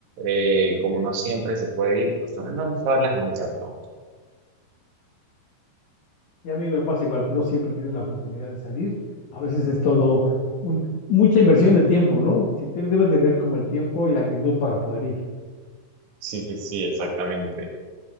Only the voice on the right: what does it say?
eh, como no siempre se puede ir, pues también me gusta verlas en mi casa.
Sí, sí, sí, exactamente.